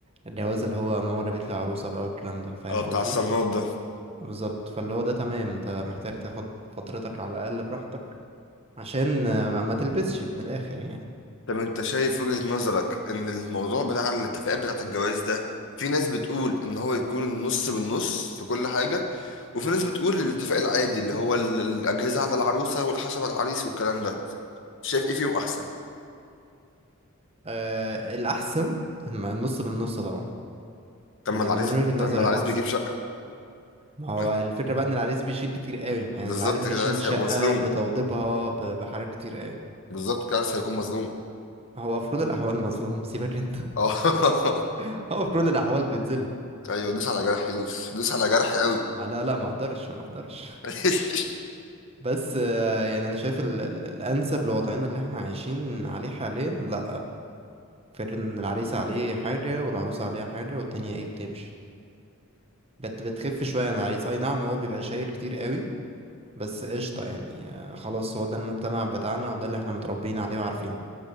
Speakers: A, on the right; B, on the left.
A: الجواز اللي هو ماما جابت لي عروسة بقى والكلام ده فاهم
B: اه بتاع
A: قصدي
B: الصالونات
A: بالظبط فاللي هو ده تمام انت محتاج تاخد فترتك على الاقل براحتك عشان آه، ما ما تلبسش من الاخر يعني
B: طب انت شايف وجهة نظرك ان الموضوع بتاع الاتفاقات بتاعت الجواز ده في ناس بتقول ان هو يكون النص بالنص في كل حاجة وفي ناس بتقول الاتفاق العادي
A: <clears throat>
B: اللي هو ال- الاجهزة على العروسة والخشب على العريس والكلام ده شايف ايه فيهم احسن
A: آه الأحسن الم- النص بالنص طبعا
B: طب
A: ده
B: ما العريس
A: من وجهة النظر
B: طب ما العريس
A: الأحسن
B: بيجيب شقة
A: ما هو
B: ما-
A: الفكرة بقى إن العريس بيشيل كتير قوي يعني
B: بالظبط
A: العريس
B: كده
A: بيشيل
B: العريس
A: شقة
B: هيبقى مظلوم
A: بتوضيبها ب- بحاجات كتير قوي
B: بالظبط كده العريس هيكون مظلوم
A: هو في كل الأحوال مظلوم <laughs> سيبك أنت
B: اه <laughs>
A: <laughs> هو في كل الاحوال بيتظلم
B: ايوه دوس على جرحي دوس دوس على جرحي قوي
A: ما لا لا ما اقدرش ما اقدرش <laughs>
B: <laughs>
A: بس آه، يعني انا شايف ال ال الانسب لوضعنا اللي احنا عايشين عليه حاليا لا فكرة ان العريس عليه حاجه والعروس عليها حاجه والدنيا ايه بتمشي بت بتخف شويه عن العريس اي نعم هو بيبقى شايل كتير قوي بس قشطه يعني آه، خلاص هو ده المجتمع بتاعنا وده اللي احنا متربيين عليه وعارفينه